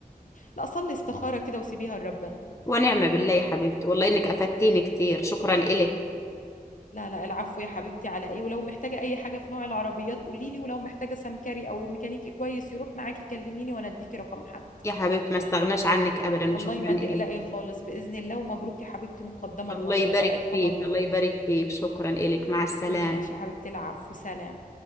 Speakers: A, on the left; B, on the left.
A: لا صلي استخارة كده وسيبيها لربنا
B: ونعمه بالله يا حبيبتي والله انك افدتيني كتير شكرا الك
A: لا لا العفو يا حبيبتي على ايه ولو محتاجة اي حاجة في نوع العربيات قوليلي ولو محتاجة سمكري او ميكانيكي كويس يروح معاكي كلميني وانا اديكي رقم حد
B: يا حبيبتي ما استغناش عنك ابدا
A: والله
B: شكرا
A: ما
B: الك
A: تقلقي خالص بإذن الله ومبروك يا حبيبتي مقدما
B: الله
A: والله
B: يبارك
A: ألف
B: فيك
A: مبروك
B: الله يبارك فيك شكرا الك مع السلامه
A: ماشي يا حبيبتي العفو سلام